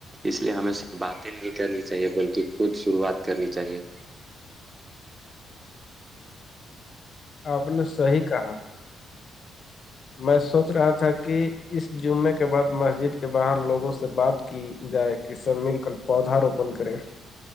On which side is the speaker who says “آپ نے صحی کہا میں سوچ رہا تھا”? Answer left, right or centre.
Left